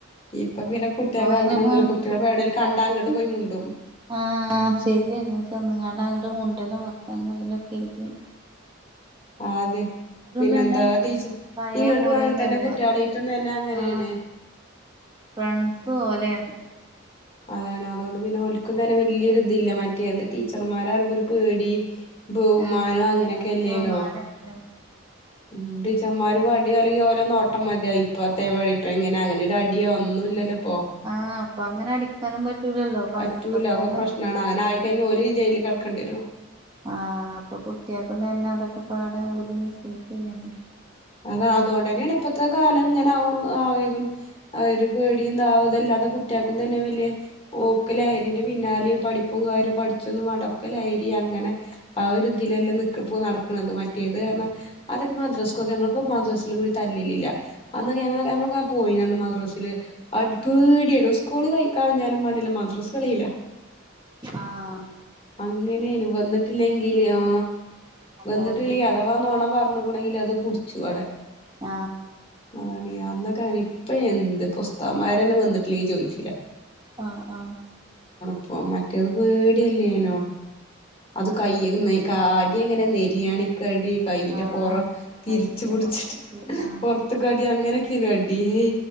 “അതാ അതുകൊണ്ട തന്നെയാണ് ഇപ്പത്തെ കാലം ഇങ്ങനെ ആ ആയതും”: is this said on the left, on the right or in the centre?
Left